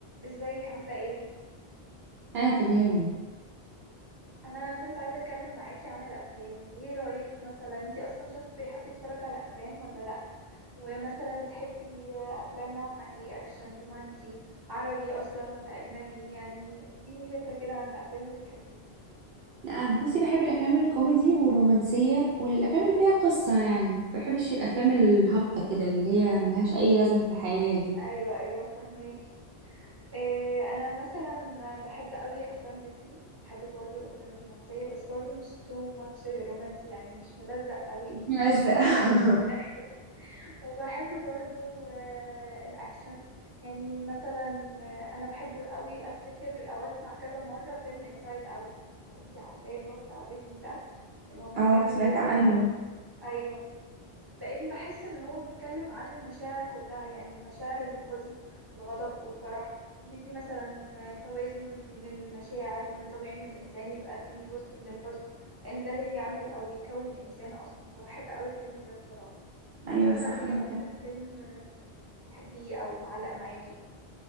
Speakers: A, on the right; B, on the right.
A: ازيك عاملة ايه؟
B: انا تمام
A: انا كنت عايزة اتكلم معاكي عن الافلام ايه رأيك مثلا انتي اصلا شخص بيحب يتفرج على افلام ولا لا؟ ومثلا بتحبي افلام نوعها ايه اكشن رومانسي عربي اصلا ولا اجنبي يعني اديني فكرة كده عن الافلام اللي بتحبيها
B: أنا بصي بحب الافلام الكوميدي والرومانسيه والافلام اللي فيها قصه يعني ما بحبش الافلام الهابطه كده اللي هي ملهاش اي لازمه في الحياه دي
A: ايوه ايوه فهماكي إيه انا مثلا بحب قوي افلام ديزني بحب برضو الافلام الرومانسية بس برضو مش تو ماتش رومانسي يعني مش ملزق قوي
B: ملزق <laughs>
A: <laughs> وبحب برضو آه، الأكشن يعني مثلا آه، أنا بحب قوي أفتكر أو أسمع كذا مرة فيلم Inside Out لو انتي عارفاه اللي هو بتاع ديزني ده اللي هما
B: اه
A: كانوا
B: سمعت
A: جوه
B: عنه
A: في أيوة لأني بحس إن هو بيتكلم عن المشاعر كلها يعني مشاعر الحزن والغضب والفرح وإن في مثلا آه، توازن بين المشاعر وإن طبيعي إن الإنسان يبقى فيه جزء من الحزن لأن ده اللي بيعمل أو بيكون الإنسان أصلا فبحب قوي الفيلم ده بصراحة
B: ايوه
A: انتي مثلا
B: صح
A: ايه
B: عندك
A: أكتر
B: حق.
A: فيلم آه، بتحبيه او معلق معاكي